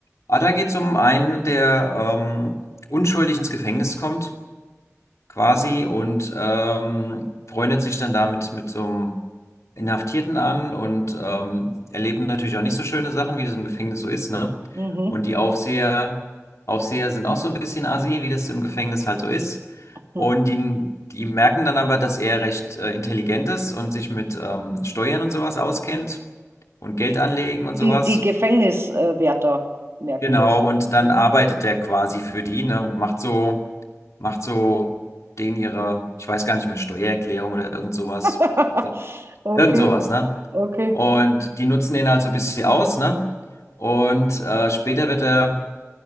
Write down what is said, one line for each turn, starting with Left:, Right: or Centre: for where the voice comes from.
Left: Ah, da geht es um einen, der ähm, unschuldig ins Gefängnis kommt, quasi,
Right: Ah,
Left: und ähm, freundet sich dann damit mit so einem Inhaftierten an und ähm, erleben natürlich auch nicht so schöne Sachen, wie das im Gefängnis so ist, ne?
Right: mhm.
Left: Und die Aufseher, Aufseher sind auch so ein bisschen assi, wie das im Gefängnis halt so ist.
Right: Hm.
Left: Und die, die merken dann aber, dass er recht äh, intelligent ist und sich mit ähm, Steuern und sowas auskennt und Geld anlegen und sowas.
Right: Die, die Gefängniswärter merken
Left: Genau,
Right: das.
Left: und dann
Right: Mhm.
Left: arbeitet der quasi für die, ne, und macht so, macht so denen ihre, ich weiß gar nicht mehr, Steuererklärung oder irgend sowas.
Right: <laughs>
Left: Also
Right: Okay,
Left: irgend sowas, ne?
Right: okay.
Left: Und die nutzen den halt so ein bisschen aus, ne? Und äh, später wird er,